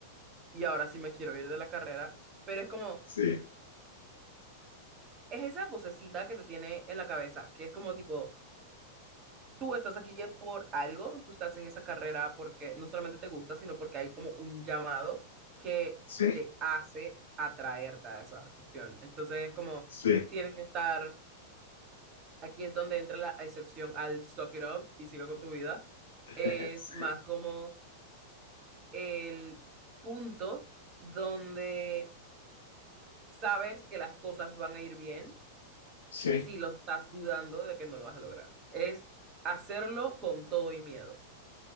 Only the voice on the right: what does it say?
y ahora sí me quiero ir de la carrera, pero es como,
es esa vocecita que te tiene en la cabeza, que es como tipo tú estás aquí ya por algo, tú estás en esa carrera porque no solamente te gusta, sino porque hay como un llamado que
te hace atraerte a esa cuestión. Entonces, como
tienes que estar, aquí es donde entra la excepción al suck it up y sigue con tu vida.
Es
más como el punto donde sabes que las cosas van a ir bien
si lo estás dudando de que no lo vas a lograr. Es hacerlo con todo y miedo.